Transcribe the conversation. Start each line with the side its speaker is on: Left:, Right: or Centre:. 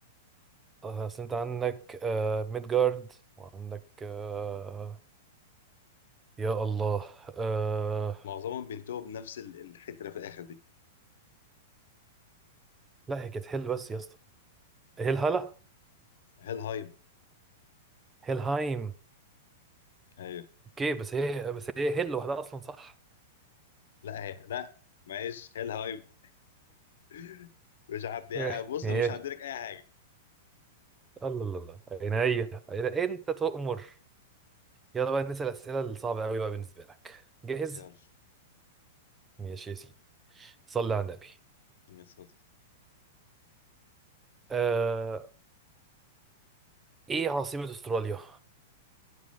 Right: آه، اصل انت عندك آه ميدجارد وعندك آه يا الله آه
Left: معظمهم بينتهوا بنفس ال- الحتره في الاخر دي
Right: لا هي كانت هيل بس يا اسطى هيل هلا
Left: هيلهايم
Right: هيلهايم
Left: ايوه
Right: اوكي بس هي بس هي هيل لوحدها اصلا صح
Left: لا هي لا معلش هيلهايم <laughs> مش هعديها
Right: ايه
Left: بص
Right: ماشي
Left: أنا مش هعدي لك اي حاجه
Right: الله الله الله عينيا عينيا انت تؤمر يلا بقى نسأل الأسئلة الصعبة قوي بقى بالنسبة لك جاهز
Left: يلا
Right: ماشي يا سيدي صلي على النبي
Left: ماشي
Right: آه ايه عاصمة استراليا